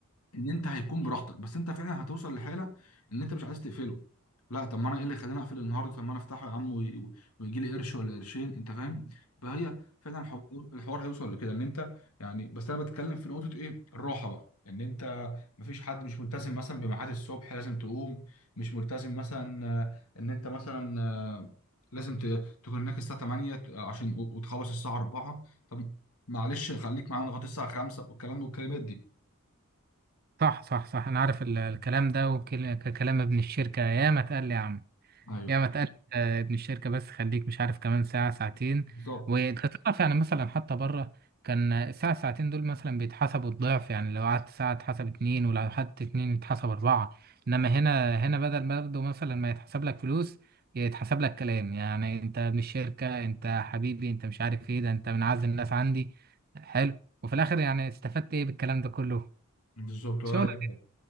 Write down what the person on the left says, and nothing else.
ان انت هيكون براحتك بس انت فعلا هتوصل لحاله ان انت مش عايز تقفله لا طب ما انا ايه اللي خلاني اقفل النهارده طب ما انا افتحه يا عم وي- و- ويجي لي قرش ولا قرشين انت فاهم فهي فعلا الحو- الحوار هيوصل لكده ان انت يعني بس انا بتكلم في نقطه ايه الراحه بقى ان انت مفيش حد مش ملتزم مثلا بميعاد الصبح لازم تقوم مش ملتزم مثلا آه، ان انت مثلا آه، لازم ت- تكون هناك الساعه 8 عشان و- وتخلص الساعه 4 طب معلش خليك معانا لغايه الساعه 5 والكلام والكلمات دي
ايوه
بالظبط
بالظبط ولا
اي حاجه